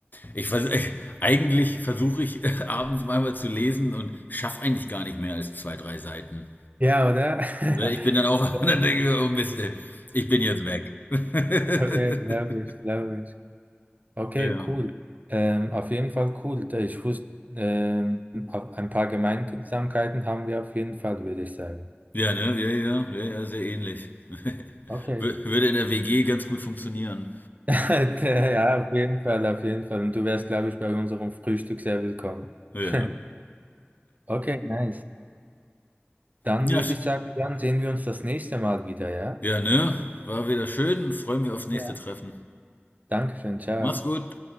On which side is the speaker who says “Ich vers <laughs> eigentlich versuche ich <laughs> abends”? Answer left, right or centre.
Left